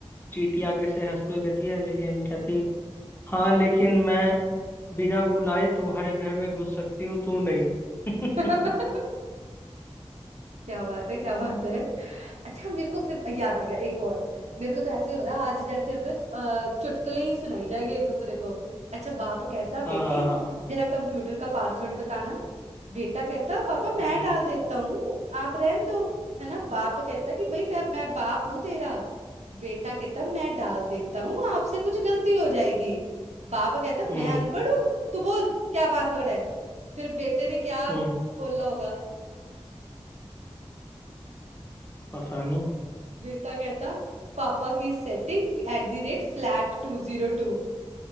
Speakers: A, on the left (about 20°); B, on the right (about 85°).
A: चींटी आगे से हंसते हुए कहती है लेकिन कहती हाँ लेकिन मैं बिना बुलाए तुम्हारे घर में घुस सकती हूँ तुम नहीं <laughs>
B: हाँ <laughs> क्या बात है क्या बात है अच्छा मेरे को फिर याद आ गया एक और मेरे को तो ऐसे हो रहा है, आज जैसे हम ना अ, चुटकुले ही सुनाई जाएंगे एक दूसरे को अच्छा बाप कहता
A: हाँ
B: बेटे
A: हाँ हाँ हाँ
B: जरा कंप्यूटर का पासवर्ड बताना बेटा कहता पापा मैं
A: हम्म
B: डाल देता हूँ आप रहन दो है ना बाप कहता कि भाई मैं मैं बाप हूँ तेरा बेटा कहता मैं डाल देता हूँ आपसे कुछ गलती हो जाएगी बाप कहता
A: हम्म
B: मैं अनपढ़ हूँ तू बोल क्या पासवर्ड है फिर बेटे ने क्या
A: हम्म
B: बोला होगा
A: पता नहीं
B: बेटा कहता पापा की सेटिंग एट द रेट फ्लैट टू जीरो टू